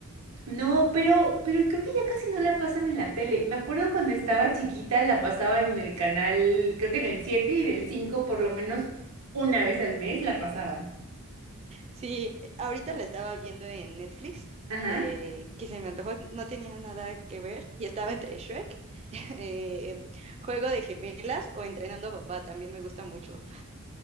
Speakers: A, on the right (about 80°); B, on the right (about 30°).
A: No, pero, pero creo que ya casi no la pasan en la tele. Me acuerdo cuando estaba chiquita la pasaban en el canal, creo que en el 7 y en el 5 por lo menos una vez al mes la pasaban.
B: Sí, ahorita la estaba viendo en Netflix,
A: Ajá.
B: eh, que se me antojó, no tenía nada que ver, y estaba entre Shrek, <laughs> eh, Juego de Gemelas o Entrenando a Papá, también me gusta mucho.